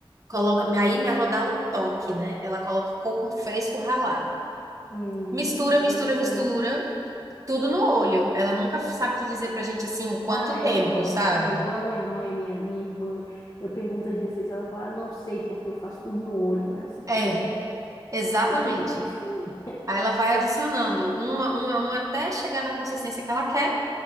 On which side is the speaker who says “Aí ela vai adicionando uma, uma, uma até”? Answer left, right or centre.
Right